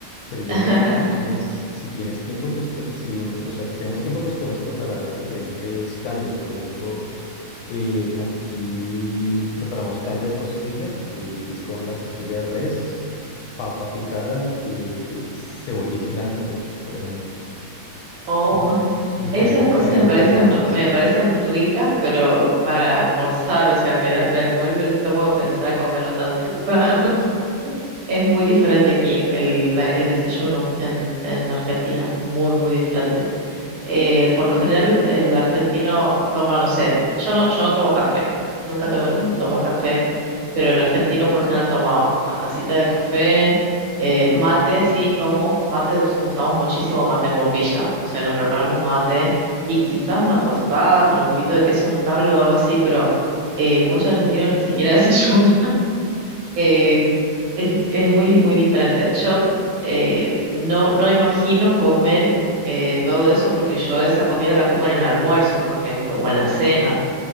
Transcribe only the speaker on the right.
<laughs>
Oh,
Esas cosas
me parecen,
r- me parecen ricas, pero para almorzar, o sea, me da, me revuelve el estómago pensar comerlo tan temprano. <laughs> Es muy diferente aquí el, el, la- el desayuno en, en Argentina, muy, muy diferente. Eh, por lo general, el argentino toma, no sé, yo no, yo no tomo café, nunca to- tomo café, pero el argentino por lo general toma una tacita de café, eh, mate, sí, tomo, mate, us- usamos muchísimo mate en bombilla, no sé, nos preparamos mate y quizás una tostada con un poquito de queso untable o algo así, pero eh, muchos argentinos ni siquiera <laughs> desayunan eh, es, es muy, muy diferente. Yo eh, no, no imagino comer eh, todo eso porque yo esa comida la como en el almuerzo, por ejemplo, o en la cena.